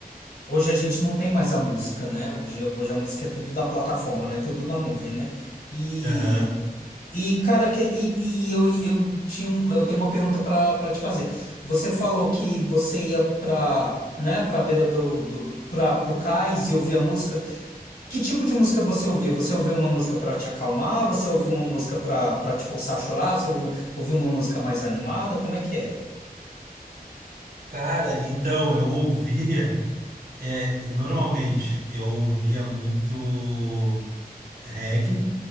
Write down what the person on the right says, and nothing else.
Aham.
Cara, então eu ouvia, <laughs> é, normalmente eu ouvia muito reggae,